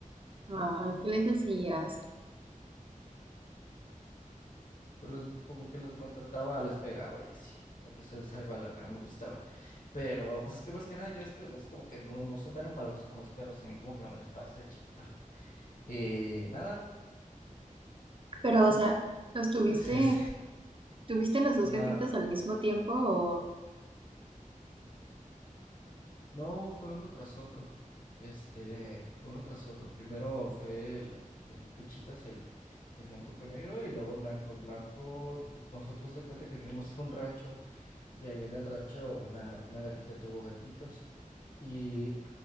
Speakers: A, on the right; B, on the left.
A: Ay, ¿qué les hacías?
B: pues los, como que los maltrataba, les pegaba y así. Ya, pues es algo a lo que no me gustaba. Pero pues es que más que nada, yo es que los gatos como que no, no son tan empalagosos como los perros, y a mí como que me molestaba eso de chiquito. Y nada,
A: Pero, o sea, ¿los tuviste,
B: pues <laughs> este,
A: tuviste los dos
B: na-
A: gatitos al mismo tiempo o...
B: no, fue uno tras otro. Este, fue uno tras otro. Primero fue el, el Tuchitas, el, el blanco con negro, y luego blanco. El blanco, nosotros de cuenta que fuimos a un rancho, y ahí en el rancho una, una gatita tuvo gatitos. Y